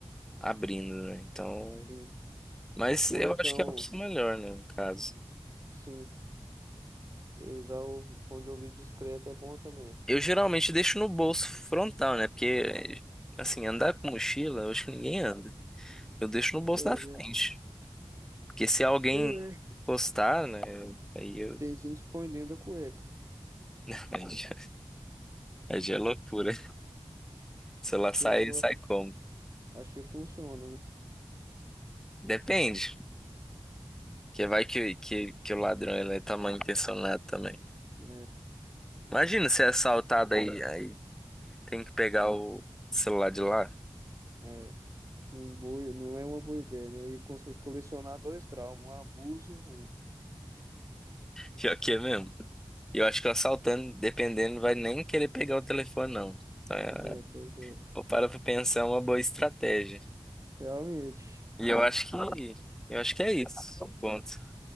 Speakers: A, in the centre; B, on the right (about 30°).
A: abrindo, né? Então,
B: Sim.
A: mas
B: Ou
A: eu
B: então,
A: acho que é a opção melhor, né, no caso.
B: sim, usar o fone de ouvido discreto é bom também.
A: Eu geralmente deixo no bolso frontal, né? Porque, assim, andar com mochila, eu acho que ninguém anda. Eu deixo no bolso
B: Pois
A: da frente.
B: é.
A: Porque se alguém
B: Também.
A: encostar, né? Aí eu.
B: Tem gente que põe dentro da cueca.
A: <laughs> Aí já é loucura. Se ela sai,
B: Pior que eu
A: sai
B: acho,
A: como?
B: acho que funciona,
A: Depende. Que vai que, que, que o ladrão ele é tá mal intencionado também.
B: né?
A: Imagina ser assaltado aí, aí tem que pegar o celular de lá.
B: É. É. Não, boa- não é uma boa ideia, né? E cons- colecionar dois traumas, um abuso e um roubo.
A: Pior que é mesmo. E eu acho que o assaltante, dependendo, vai nem querer pegar o telefone, não. Então, é,
B: É, pois é.
A: vou parar pra pensar é uma boa estratégia.
B: Realmente.
A: E eu acho que eu acho que é isso. Ponto.